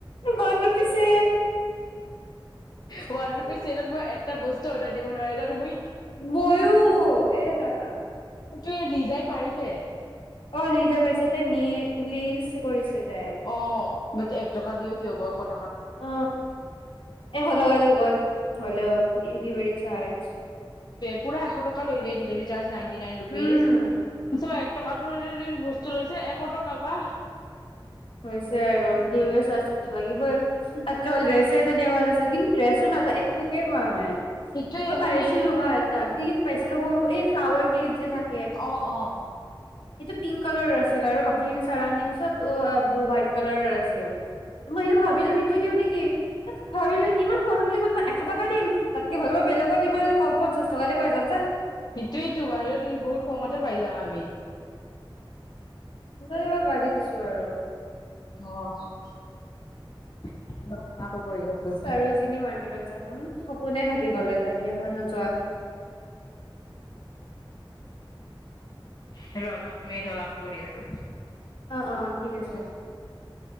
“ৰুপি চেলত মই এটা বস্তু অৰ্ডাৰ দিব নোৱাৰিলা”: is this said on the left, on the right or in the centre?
Left